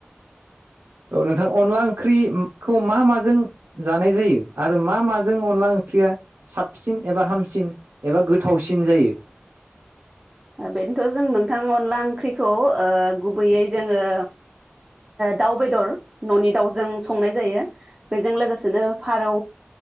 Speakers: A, on the right (about 75°); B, on the right (about 20°).
A: औ नोंथां अनला ओंख्रिखौ मा माजों जानाय जायो आरो मा माजों अनला ओंख्रिया साबसिन एबा हामसिन एबा गोथावसिन जायो।
B: बेनोथ' जों नोंथां अनला ओंख्रिखौ गुबैयै जोङो दाउ बेदर न'नि दाउजों संनाय जायो। बेजों लोगोसेनो फारौ